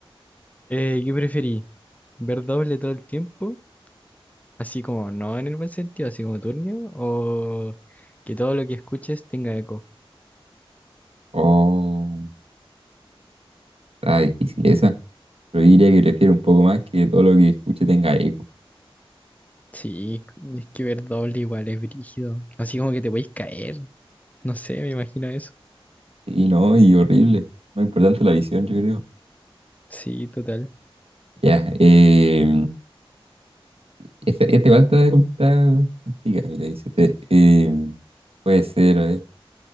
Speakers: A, on the left; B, on the right.
A: Eh, ¿qué preferí? ¿Ver doble todo el tiempo? Así como no en el buen sentido, así como turnio. ¿O que todo lo que escuches tenga eco?
B: Oh, está difícil esa. Pero yo diría que prefiero un poco más que todo lo que escuche tenga eco.
A: Sí, es que ver doble igual es brígido. Así como que te podéis caer. No sé, me imagino eso.
B: Sí, no, y horrible. Más importante la visión, yo creo.
A: Sí, total.
B: Ya, eh, esta, esta igual está está complicada, mira, dice, te- eh, puede ser, a ver.